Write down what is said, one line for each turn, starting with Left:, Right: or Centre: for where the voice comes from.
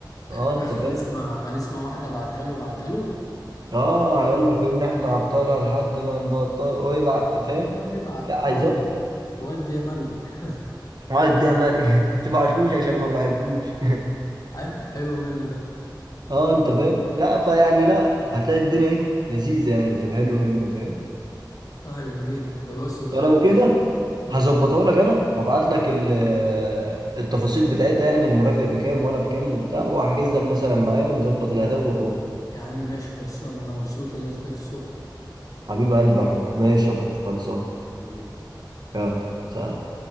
Left: يعني
Right: اه انت
Left: بص
Right: فاهم؟
Left: هنسمع هنسمع واحدة بعتها له بعتها له
Right: اه هيقول لك ان احنا عبطالة لحد ما نبطل ويبقى فاهم؟
Left: ويبعت
Right: لا هيظبط
Left: ودي يا ملك
Right: اقعد ده مالك <laughs> تبعتلوش عشان ما بحبوش
Left: حلو حلو منه ده
Right: <laughs> اه انت فاهم؟ لا فيعني لا هتلاقي الدنيا ايه لذيذة يعني في الحلو منه فاهم؟
Left: ايوه جميل خلاص يبقى
Right: فلو
Left: م-
Right: كده
Left: مم.
Right: هظبطها لك انا وابعت لك ال- التفاصيل بتاعتها يعني المرافق بكام وانا بكام وبتاع وهحجز لك مثلا معايا ونظبط
Left: يا
Right: الاداء
Left: عم
Right: والروح
Left: يا عم ماشي خلصان انا مبسوط ان انا سمعت صوتك
Right: حبيب قلبي يا حب ماشي
Left: مم.
Right: يا حب خلصان
Left: حبيبي
Right: يلا سلام